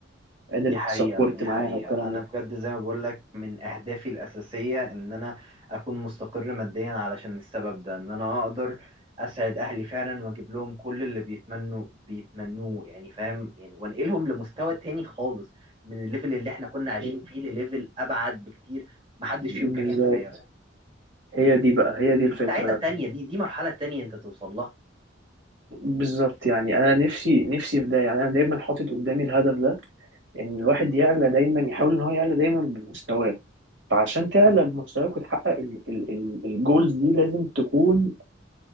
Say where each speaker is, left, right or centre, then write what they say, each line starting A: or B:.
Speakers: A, on the right; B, on the right.
A: قادر
B: دي حقيقة
A: تسبورت
B: دي
A: معاها
B: حقيقة
A: الكلام
B: أنا
A: ده
B: بجد زي ما بقولك من أهدافي الأساسية إن أنا أكون مستقر ماديا علشان السبب ده إن أنا أقدر أسعد أهلي فعلا وأجيب لهم كل اللي بيتمنوا بيتمنوه يعني فاهم يعني وأنقلهم لمستوى تاني خالص من الليفل اللي إحنا كنا عايشين
A: م.
B: فيه لليفل أبعد بكتير محدش
A: بالظبط
B: فيهم كان يتخيله
A: هي دي بقى هي دي
B: دي
A: الفكرة
B: سعادة تانية دي دي مرحلة تانية أنت توصل لها
A: بالظبط يعني أنا نفسي نفسي في ده يعني أنا دايما حاطط قدامي الهدف ده إن الواحد يعلى دايما يحاول إن هو يعلى دايما بمستواه فعشان تعلى بمستواك وتحقق الجولز دي لازم تكون